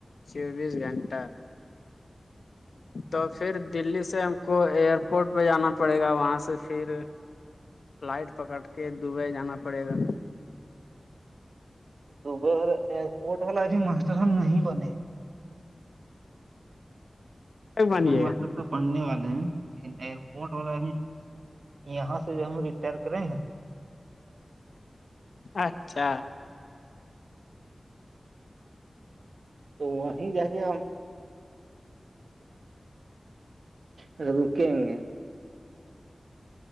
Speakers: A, on the left; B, on the right.
A: چوبیس گھنٹہ تو پھر دلی سے ہم کو ایئر پورٹ پہ جانا پڑے گا وہاں سے پھر فلائٹ پکڑ کے دبئی جانا پڑے گا
B: تو ب ایرپورٹ والا ا بھی ماسٹر ف نہیں بنے سٹییشن
A: بنیے
B: ماسٹر تو بڑھنے والے ہیں لن ایئرپورٹ والا یہاں سے جب ہم ریٹائر کرے ہیں
A: اچھا
B: تو وہیں جا گے ہم اب وہکیں گے